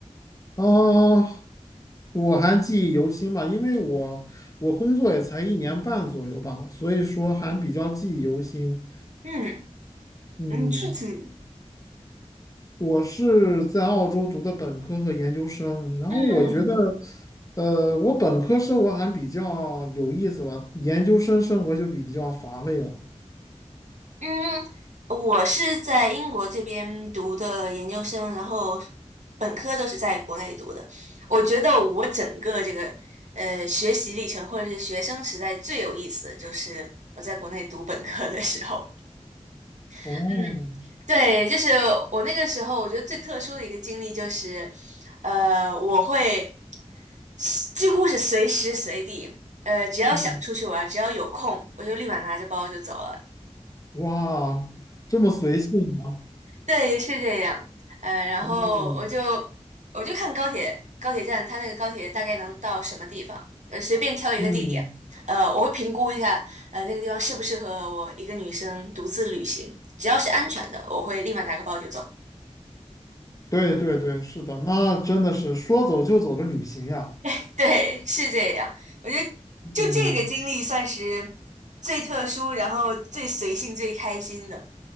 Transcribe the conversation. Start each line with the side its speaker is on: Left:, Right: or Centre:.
Left: 啊，我还记忆犹新吧，因为我我工作也才一年半左右吧，所以说还比较记忆犹新。
Right: 嗯
Left: 嗯，
Right: 嗯，具体
Left: 我是在澳洲读的本科和研究生，然后我觉得，
Right: 嗯。
Left: 呃，我本科生活还比较有意思吧，研究生生活就比较乏味了。
Right: 嗯，我是在英国这边读的研究生，然后本科都是在国内读的。我觉得我整个这个呃学习历程或者是学生时代最有意思的就是我在国内读本科的时候。
Left: 哦，
Right: 嗯，对，就是我那个时候，我觉得最特殊的一个经历就是，呃，我会几乎是随时随地，呃，只要想出去玩，
Left: 嗯，
Right: 只要有空，我就立马拿着包就走了。
Left: 哇，这么随性吗？
Right: 对，是这样。呃，然后我就
Left: 嗯
Right: 我就看高铁高铁站，它那个高铁大概能到什么地方，呃，随便挑一个地点，
Left: 嗯。
Right: 呃，我会评估一下，呃，那个地方适不适合我一个女生独自旅行。只要是安全的，我会立马拿个包就走。
Left: 对对对，是的，那真的是说走就走的旅行呀。
Right: <laughs> 对，是这样。我觉得就这个经历算是最特殊，
Left: 嗯，
Right: 然后最随性、最开心的。